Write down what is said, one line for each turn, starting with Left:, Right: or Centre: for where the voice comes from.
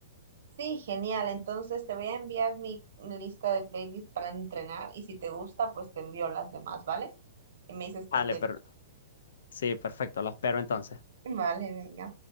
Right: Sí, genial. Entonces te voy a enviar mi lista de playlists para entrenar y si te gusta, pues te envío las demás, ¿vale? Y me dices
Left: Vale,
Right: que te...
Left: pero sí, perfecto, lo espero entonces.
Right: Vale, venga.